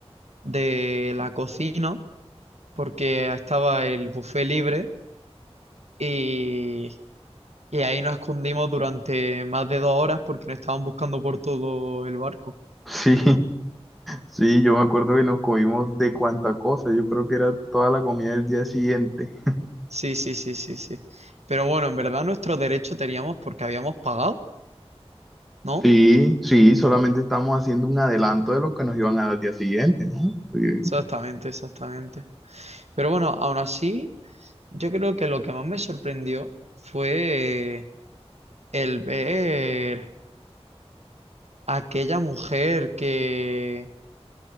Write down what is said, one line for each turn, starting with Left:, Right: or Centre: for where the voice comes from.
Right: de la cocina, porque estaba el buffet libre, y, y ahí nos escondimos durante más de dos horas porque nos estaban buscando por todo el barco.
Centre: Sí. Sí, yo me acuerdo que nos comimos de cuánta cosa, yo creo que era toda la comida del día siguiente.
Right: Sí, sí, sí, sí, sí. Pero bueno, en verdad nuestro derecho teníamos porque habíamos pagado, ¿no?
Centre: Sí, sí, solamente estamos haciendo un adelanto de lo que nos iban a dar al día siguiente, ¿no? Sí.
Right: Exactamente, exactamente. Pero bueno, aún así, yo creo que lo que más me sorprendió fue el ver a aquella mujer que,